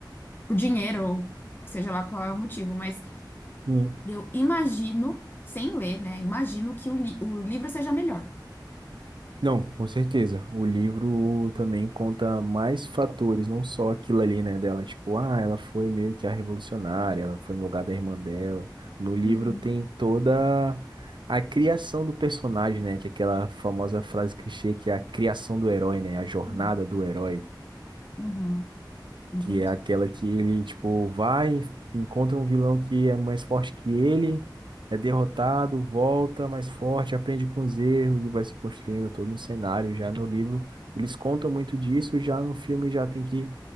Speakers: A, on the left; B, on the right.
A: por dinheiro, ou seja lá qual é o motivo, mas
B: Sim.
A: eu imagino, sem ler, né? Imagino que o, li- o livro seja melhor.
B: Não, com certeza. O livro também conta mais fatores, não só aquilo ali, né, dela. Tipo, ah, ela foi meio que a revolucionária, ela foi no lugar da irmã dela. No livro
A: Uhum,
B: tem toda a criação do personagem, né, que é aquela famosa frase clichê que é a criação do herói, né, a jornada
A: uhum.
B: do herói
A: Uhum, entendi.
B: que é aquela que ele, tipo, vai, encontra um vilão que é mais forte que ele, é derrotado, volta mais forte, aprende com os erros e vai se construindo todo um cenário. Já no livro, eles contam muito disso, já no filme já tem que